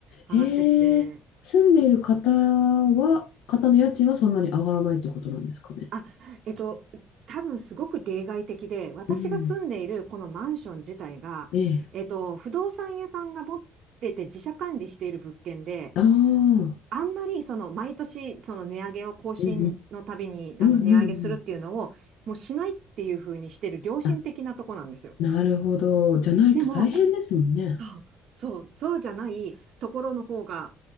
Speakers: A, on the right (about 55°); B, on the left (about 85°).
A: 上がってって、
B: ええ、住んでいる方は、方の家賃はそんなに上がらないってことなんですかね。
A: あ、えっと、多分すごく例外的で、私が住んでいるこのマンション自体が、
B: うん。ええ。
A: えっと、不動産屋さんが持ってて自社管理している物件で、
B: ああ、うん
A: あんまりその毎年その値上げを更新のたびにあの値上げするっていうのをもうしないっていうふうにしてる良心的なとこなんですよ。
B: うん。うんうんうん。あ、なるほど。じゃないと大変ですもんね。
A: でもそう、そう、そうじゃないところの方が